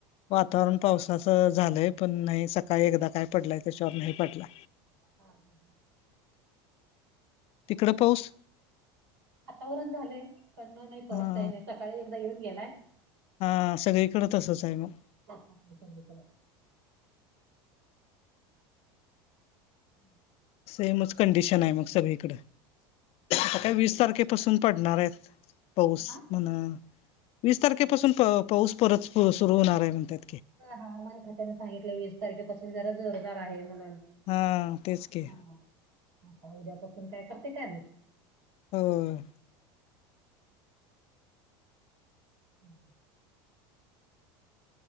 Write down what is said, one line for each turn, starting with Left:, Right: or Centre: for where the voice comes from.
Left: वातावरण
Right: त्यांचं
Left: पाऊस. सं झालंय पण नाही सकाळी एकदा काय पडलंय त्याच्यावर नाही पडला.
Right: हा हा.
Left: तिकडं पाऊस.
Right: वातावरण झालंय पण नाही पाऊस
Left: हा
Right: काही नाही सकाळी एकदा येऊन गेलाय.
Left: हा सगळीकडे त असच आहे मग.
Right: आछ <unintelligible> सगळीकडे हम्म <inaudible>
Left: सेमच कंडिशन आहे मग सगळीकड आता काय वीस तारखेपासून पडणार आहेत. पाऊस
Right: हा
Left: म्हण वीस तारखेपासून
Right: काय
Left: प पाऊस परत प सुरू होणार आहे म्हणत्यात.
Right: हवामान खात्याने सांगितलं वीस तारखेपासून जरा जोरदार आहे म्हणून.
Left: हा तेच क.
Right: आता उद्यापासून काय करते काय माहित.
Left: होय.
Right: हा.